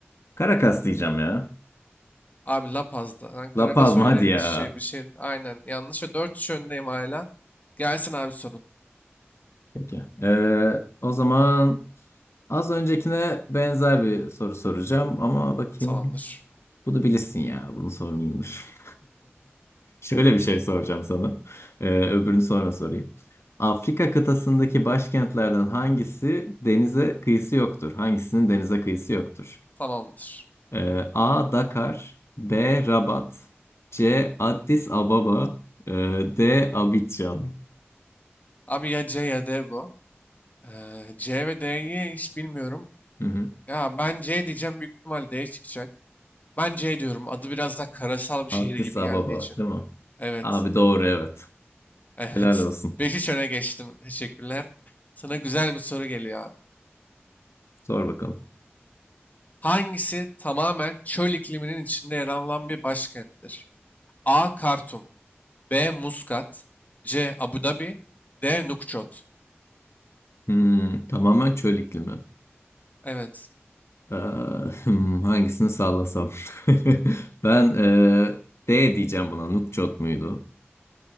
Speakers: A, on the left; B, on the left.
A: Caracas diyeceğim ya.
B: Abi La Paz'da. Ben Caracas
A: La Paz mı?
B: öyle
A: Hadi ya.
B: şey bir şey. Aynen yanlış ve dört üç öndeyim hala. Gelsin abi sorun.
A: Peki. Ee, o zaman az öncekine benzer bir soru soracağım ama bakayım.
B: Tamamdır.
A: Bunu bilirsin ya. Bunu sormayayım dur. <laughs> Şöyle bir şey soracağım sana. Ee, öbürünü sonra sorayım. Afrika kıtasındaki başkentlerden hangisi denize kıyısı yoktur? Hangisinin denize kıyısı yoktur?
B: Tamamdır.
A: Ee, A. Dakar B. Rabat C. Addis Ababa ee, D. Abidjan
B: Abi ya C ya D bu. Ee, C ve D'yi hiç bilmiyorum.
A: Hı hı.
B: Ya ben C diyeceğim büyük ihtimal D çıkacak. Ben C diyorum. Adı biraz daha karasal bir
A: Addis
B: şehir gibi
A: Ababa
B: geldiği için.
A: değil mi?
B: Evet.
A: Abi doğru evet.
B: Evet.
A: Helal olsun.
B: <laughs> 5-3 öne geçtim. Teşekkürler. Sana güzel bir soru geliyor abi.
A: Sor bakalım.
B: Hangisi tamamen çöl ikliminin içinde yer alan bir başkenttir? A. Kartum B. Muskat C. Abu Dhabi D. Nukçot
A: Hmm, tamamen çöl iklimi.
B: Evet.
A: Ee, <laughs> hmm, hangisini sallasam? <laughs> Ben e, D diyeceğim buna. Nukçot muydu?